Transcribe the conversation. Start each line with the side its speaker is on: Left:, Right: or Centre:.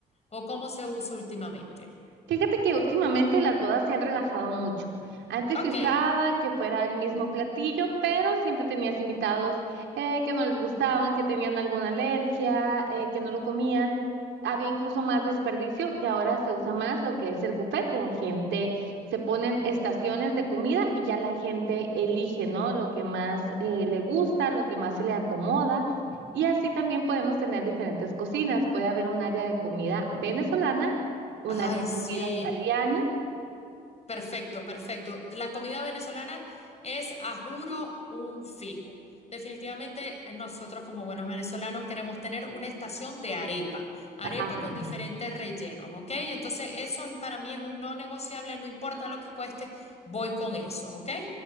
Left: o cómo se usa últimamente.
Right: Fíjate que últimamente las bodas se han relajado mucho. Antes
Left: Ok.
Right: se usaba que fuera el mismo platillo, pero siempre tenías invitados eh, que no les gustaban, que tenían alguna alergia, eh, que no lo comían. Había incluso más desperdicio y ahora se usa más lo que es el buffet. La gente se ponen estaciones de comida y ya la gente elige, ¿no? Lo que más eh, le gusta, lo que más se le acomoda. Y así también podemos tener diferentes cocinas. Puede haber un área de comida venezolana un área
Left: Ay,
Right: de
Left: sí.
Right: comida italiana.
Left: Perfecto, perfecto. La comida venezolana es, a juro, un fijo. Definitivamente nosotros como buenos venezolanos queremos tener una estación de arepa, arepa
Right: Ah,
Left: con diferentes rellenos, ¿ok? Entonces eso para mí es un no negociable, no importa lo que cueste, voy con eso, ¿ok?